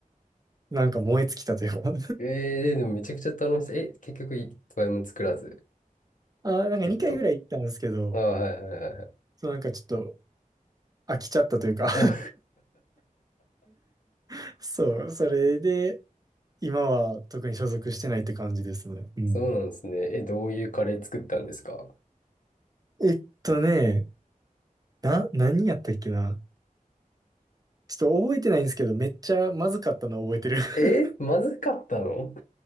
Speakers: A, on the right; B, on the left.
A: なんか燃え尽きたというか
B: えー、でもめちゃくちゃ楽しそう。え、結局一杯も作らずっ
A: <laughs> あー、なんか2回ぐらい行ったんですけど、
B: てことあー、はいはいはいはい。
A: そうなんかちょっと飽きちゃったというか
B: あ
A: <laughs> そう、それで、今は特に所属してないって感じですね。
B: <laughs>
A: うん。
B: そうなんですね。え、どういうカレー作ったんですか
A: えっとね、な、何やったっけな。ちょっと覚えてないんですけど、めっちゃまずかったのは覚えてる <laughs>
B: え、まずかったの